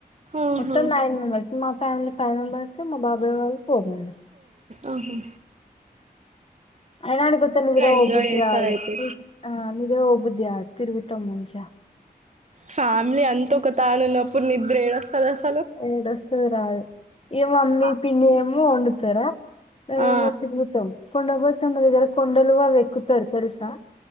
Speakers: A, on the right; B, on the left.
A: ఆహా.
B: మొత్తం నైన్ మెంబర్స్ మా ఫ్యామిలీ ఫైవ్ మెంబర్స్ మా బబాయి వాళ్ళు ఫోర్ మెంబర్స్
A: అహా
B: అయినా ఆడికి వస్తే నిద్ర పొ
A: ఎంజాయ్
B: బుద్ధి
A: చేస్తారు
B: కాదు
A: అయితే
B: అ నిద్ర పొ బు యా తిరుగుతం మంచిగా
A: ఫ్యామిలీ అంత ఒక తాను ఉన్నప్పుడు నిద్ర ఏడ వస్తది అసలు
B: ఏడ వస్తది రాదు ఇగ మమ్మీ
A: ఆ.
B: పిన్ని ఎమె వొండుతరా అ
A: ఆ.
B: మొత్తం కి మొత్తం కొండ దగ్గర కొండలు కూడ ఎక్కుతారు తెలుసా